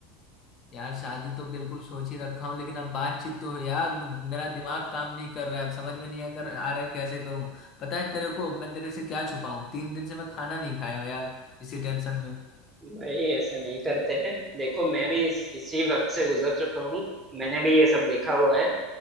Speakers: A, on the left; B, on the right.
A: यार शादी तो बिल्कुल सोच ही रखा हूँ लेकिन अब बातचीत तो है यार मे- मेरा दिमाग काम नहीं कर रहा है अब समझ में नहीं आ कर आ रहा है कैसे करूँ पता है तेरे को मैं तेरे से क्या छुपाऊं तीन दिन से मैं खाना नहीं खाया हूँ यार इसी टेंशन में
B: भाई ऐसा नहीं करते हैं देखो मैं भी इस, इसी वक्त से गुजर चुका हूँ मैंने भी ये सब देखा हुआ है